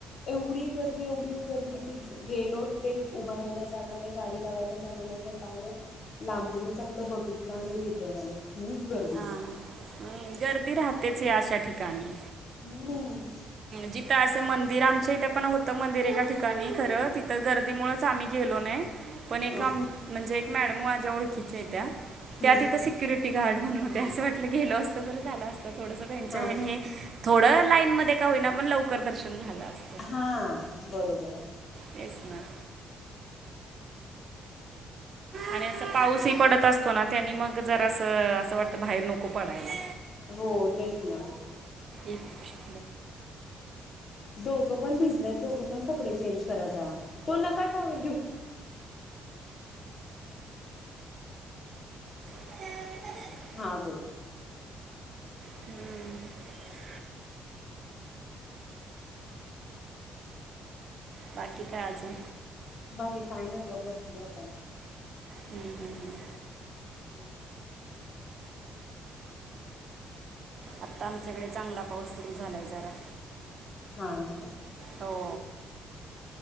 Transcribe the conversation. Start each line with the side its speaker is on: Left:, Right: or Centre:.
Left: एवढी गर्दी एवढी गर्दी की गेलो तिथे उभा राहायला जागा नाही गाडी लावायला जागा नाही तर काही नाय. लांबूनच आपलं बघितलं आणि रिटर्न आलं खूप गर्दी
Right: हां
Left: होती.
Right: हम्म, गर्दी राहतेच या अशा ठिकाणी.
Left: हम्म.
Right: जिथं असे मंदिर आमच्या इथे पण होतं मंदिर एका ठिकाणी खरं तिथं गर्दीमुळ च आम्ही गेलो नाही पण एक
Left: हां
Right: म्हणजे एक मॅडम माझ्या ओळखीच्या
Left: हां
Right: त्या तिथ सिक्युरिटी गार्ड म्हणून होते असं वाटलं गेलो असतं बरं झालं असतं थोडंसं तेंच्या ह्याने
Left: हां
Right: थोडं लाईन मध्ये का होईना पण लवकर दर्शन झालं असत.
Left: हा बरोबर.
Right: तेच ना. आणि असं पाऊस ही पडत असतो ना त्यांनी मग जरास असं वाटतं बाहेर नको पडायला.
Left: हो तेच ना.
Right: एकफ <unintelligible>
Left: दोघं पण भिजलेत दोघं पण कपडे चेंज करा जावा तो नका टाँवेल घेऊ.
Right: ह <unintelligible>
Left: हा बोल.
Right: हम्म. बाकी काय अजून?
Left: बाकी काय नाही बग बसलेय आता.
Right: हम्म हम्म हम्म.
Left: हम्म <unintelligible>
Right: आता आमच्याकडे चांगला पाऊस सुरू झालाय जरा.
Left: हा ना?
Right: हो.